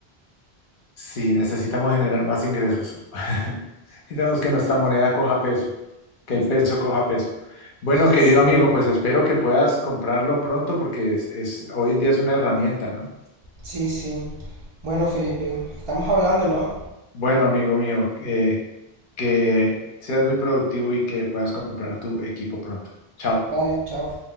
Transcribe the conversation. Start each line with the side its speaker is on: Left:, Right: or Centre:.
Left: Sí, necesitamos generar más ingresos. <laughs> Necesitamos que nuestra moneda coja peso, que el peso coja peso. Bueno, querido
Right: Sí,
Left: amigo, pues espero que puedas comprarlo pronto porque es, es- hoy en día es una herramienta, ¿no?
Right: sí, sí. Bueno, Felipe, estamos hablando, ¿no?
Left: Bueno, amigo mío, eh, que seas muy productivo y que puedas comprar tu equipo pronto. Chao.
Right: Vale, chao.